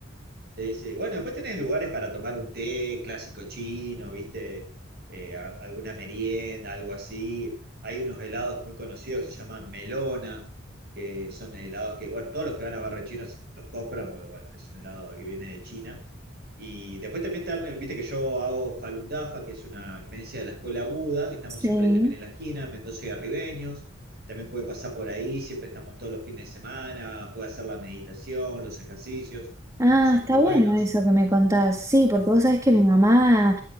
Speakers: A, on the right (about 50°); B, on the right (about 15°).
A: Sí, sí. Bueno, después tenés lugares para tomar un té clásico chino, ¿viste? Eh, a- alguna merienda, algo así. Hay unos helados muy conocidos que se llaman melona, que son helados que, bueno, todos los que van a Barrio Chino se- los compran, porque, bueno, es un helado que viene de China. Y después también te dan, eh, viste que yo hago Falun Dafa, que es una creencia de la escuela Buda, que estamos
B: Sí.
A: siempre también en la esquina, Mendoza y Arribeños. También puede pasar por ahí, siempre estamos todos los fines de semana, puede hacer la meditación, los ejercicios
B: Ah,
A: que son
B: está
A: muy buenos.
B: bueno eso que me contás. Sí, porque vos sabés
A: Sí,
B: que mi mamá,